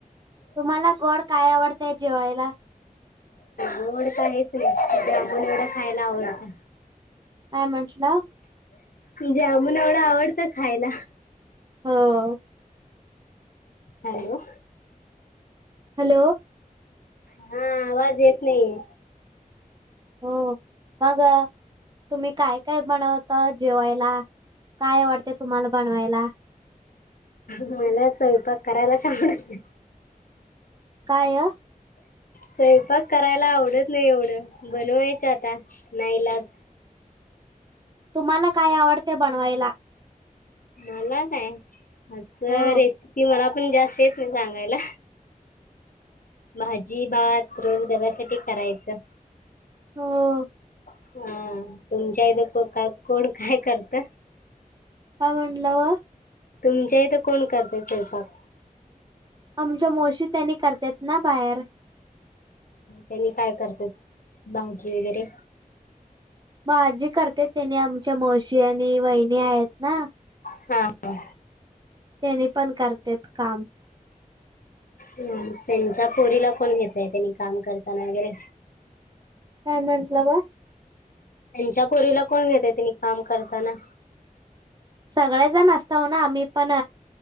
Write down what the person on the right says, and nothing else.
तुम्हाला गोड काय आवडतय जेवायला
का म्हटला
हो
हॅलो
अ मग तुम्ही काय, काय बनवतात जेवायला काय आवडते तुम्हाला बनवायला?
काय‌
तुम्हाला काय आवडते बनवायला‌
हो
हो
काय म्हटलं ओ
आमच्या मोशी त्यांनी करतात ना बाहेर
म आजी करते त्यांनी आमच्या म्हशी आणि वहिणी आहेत ना.
तेनि पण करतेत काम.
काय म्हंटलं ग?
सगळेजण असतव ना आम्ही पण,